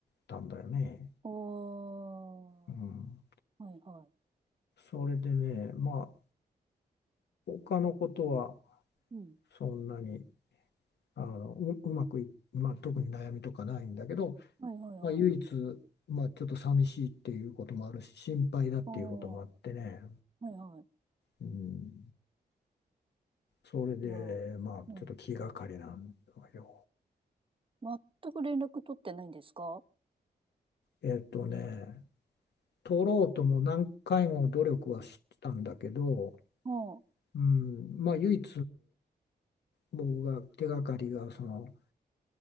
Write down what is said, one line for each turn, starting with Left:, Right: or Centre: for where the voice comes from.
Left: たんだよね。
Right: おー。
Left: うん、
Right: はいは
Left: それでね、まあ、他のことは
Right: い。うん。
Left: そんなに。あのう、うまくい、まあ、特に悩みとかないんだけど、
Right: はいはいはい。
Left: まあ、唯一、まあ、ちょっと寂しいっていうこともあるし心配だっていうこともあってね、
Right: おー。はいはい。
Left: うん、それでまあちょっと気がかりなんだよ。
Right: なあ。うん。全く連絡取ってないんですか
Left: えっとね取ろうとも何回も努力はしたんだけど、
Right: ああー、
Left: うん、まあ唯一僕が手がかりがその